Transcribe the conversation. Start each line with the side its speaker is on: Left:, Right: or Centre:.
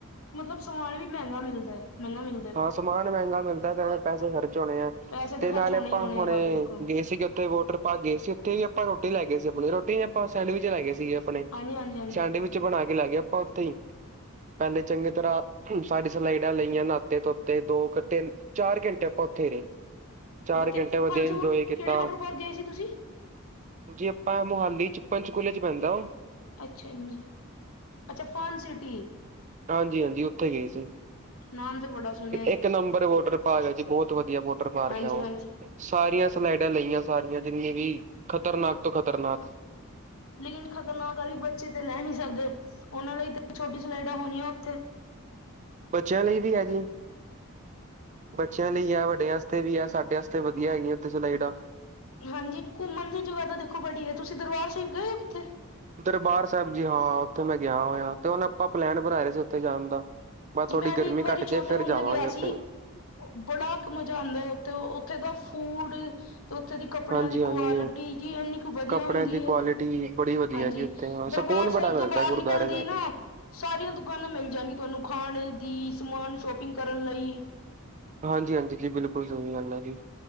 Left: ਮਤਲਬ ਸਮਾਨ ਵੀ ਮੈਂਗਾ ਮਿਲਦਾ ਮੈਨੂੰ ਵੀ
Right: ਹਾਂ ਸਮਾਨ ਮੈਂਗਾ ਮਿਲਦਾ ਤੇ ਪੈਸੇ ਖਰਚ ਹੋਣੇ ਆ।
Left: ਪੈਸੇ
Right: ਤੇ
Left: ਖਰਚ
Right: ਨਾਲੇ
Left: ਹੋਣੇ
Right: ਆਪਾਂ
Left: ਹੀ ਹੋਣੇ
Right: ਹੁਣੇ
Left: ਆ ਭਾਜੀ ਦੇਖੋ
Right: ਗਏ ਸੀਗੇ ਉੱਥੇ ਵੋਟਰ ਭਾਜੀ ਗਏ ਸੀ ਉੱਥੇ ਹੀ ਆਪਾਂ ਰੋਟੀ ਲੈ ਗਏ ਸੀ ਆਪਣੀ ਰੋਟੀ ਆਪਾਂ ਸੈਂਡਵਿਚ ਲੈ ਗਏ ਸੀਗੇ ਆਪਣੇ
Left: ਹਾਂਜੀ ਹਾਂਜੀ ਹਾਂਜੀ
Right: ਸੈਂਡਵਿਚ ਬਣਾ ਕੇ ਲਾ ਗਏ ਆਪਾਂ ਉੱਥੇ ਹੀ ਪੈਲੇ ਚੰਗੀ ਤਰ੍ਹਾਂ ਸਾਡ ਸਲਾਈਡਾਂ ਲਈਆਂ ਨਾ ਤੇ ਤੋ ਤੇ ਦੋ ਤਿੰਨ ਚਾਰ ਘੰਟੇ ਆਪਾਂ ਉੱਥੇ ਰਏ। ਚਾਰ
Left: ਮਤਲਬ ਕਿੱਥੇ
Right: ਘੰਟੇ ਵਧੀਆ
Left: ਕੌਣ ਸੇ
Right: ਇੰਜੋਏ ਕੀਤਾ।
Left: ਕਿਹੜੇ ਵਾਟਰ ਪਾਰਕ ਗਏ ਸੀ ਤੁਸੀਂ
Right: ਜੀ ਆਪਾਂ ਮੋਹਾਲੀ 'ਚ ਪੰੰਚਕੂਲੇ 'ਚ ਪੈਂਦਾ ਓ।
Left: ਅੱਛਾ ਜੀ। ਅੱਛਾ ਫੰਨ ਸਿਟੀ।
Right: ਹਾਂਜੀ-ਹਾਂਜੀ ਉੱਥੇ ਗਏ ਸੀ।
Left: ਨਾਮ ਤੇ ਬੜਾ ਸੁਣਿਆ ਜੀ
Right: ਇੱਕ ਨੰਬਰ ਵੋਟਰ ਪਾਰਕ ਐ ਜੀ ਬੋਤ ਵਧੀਆ ਵੋਟਰ ਪਾਰਕ
Left: ਹਾਂਜੀ
Right: ਏ ਓ।
Left: ਹਾਂਜੀ
Right: ਸਾਰੀਆਂ ਸਲਾਈਡਾਂ ਲਈਆਂ ਸਾਰੀਆਂ ਜਿੰਨੀਆਂ ਵੀ ਖ਼ਤਰਨਾਕ ਤੋਂ ਖ਼ਤਰਨਾਕ
Left: ਲੇਕਿਨ ਖ਼ਤਰਨਾਕ ਵਾਲੀ ਬੱਚੇ ਤੇ ਲੈ ਨਈ ਸਕਦੇ ਉਨਾਂ ਲਈ ਤਾਂ ਛੋਟੀ ਸਲਾਈਡਾਂ ਹੋਣੀਆਂ ਉੱਥੇ
Right: ਬੱਚਿਆਂ ਲਈ ਵੀ ਹੈਗੀ। ਬੱਚਿਆਂ ਲਈ ਏ ਵੱਡਿਆਂ ਅਸਤੇ ਵੀ ਏ ਸਾਡੇ ਅਸਤੇ ਵਧੀਆ ਹੈਗੀਆਂ ਉੱਥੇ ਸਲਾਈਡਾ
Left: ਹਾਂਜੀ ਘੁੰਮਨ ਦੀ ਜਗ੍ਹਾ ਤਾਂ ਦੇਖੋ ਬੜੀ ਏ ਤੁਸੀ ਦਰਬਾਰ ਸਾਬ ਗਏ ਓ ਕਿੱਥੇ
Right: ਦਰਬਾਰ ਸਾਬ ਜੀ ਹਾਂ ਉੱਥੇ ਮੈਂ ਗਿਆ ਹੋਇਆ ਤੇ ਹੁਨ ਆਪਾਂ ਪਲੈਨ ਬਨਾਏ ਰੇ ਸੀ ਉੱਥੇ ਜਾਨ ਦਾ ਬਸ
Left: ਜੀ
Right: ਥੋੜ੍ਹੀ
Left: ਮੈਂ
Right: ਗਰਮੀ
Left: ਵੀ ਇੱਕ ਵਾਰੀ
Right: ਘੱਟ ਕੇ
Left: ਛੋਟੇ
Right: ਫਿਰ
Left: ਹੁੰਦਾ
Right: ਜਾਵਾਂਗੇ
Left: ਗਿਆ
Right: ਉੱਥੇ
Left: ਸੀ ਬੜਾ ਮਜਾ ਆਂਦਾ ਉੱਥੇ-ਉੱਥੇ ਦਾ ਫੂਡ ਤੇ ਉੱਥੇ ਦੀ ਕੱਪੜਿਆਂ
Right: ਹਾਂਜੀ
Left: ਦੀ
Right: ਹਾਂਜੀ
Left: ਕੁਆਲਟੀ ਜੀ ਇੰਨੀ ਕੁ ਵਧੀਆ
Right: ਕੱਪੜਿਆਂ
Left: ਹੁੰਦੀ
Right: ਦੀ ਕੁਆਲਿਟੀ
Left: ਏ
Right: ਬੜੀ ਵਧੀਆ
Left: ਹਾਂਜੀ
Right: ਜੀ ਉੱਥੇ ਹਾਂ
Left: ਦਰਬਾਰ
Right: ਸਕੂਨ
Left: ਸਾਇਬ
Right: ਬੜਾ ਮਿਲਦਾ
Left: ਤੋ ਬਾਰ
Right: ਗੁਰਦੁਆਰੇ
Left: ਨਿਕਲਦੇ
Right: ਜਾ
Left: ਈ
Right: ਕੇ
Left: ਨਾ ਸਾਰੀਆਂ ਦੁਕਾਨਾਂ ਮਿਲ ਜਾਨਗੀ ਤਾਨੂੰ ਖਾਨ ਦੀ ਸਮਾਨ ਸ਼ੋਪਿੰਗ ਕਰਨ ਲਈ
Right: ਹਾਂਜੀ-ਹਾਂਜੀ ਜੀ ਬਿਲਕੁਲ ਜ਼ਰੂਰੀ ਗੱਲ ੲੈ ਜੀ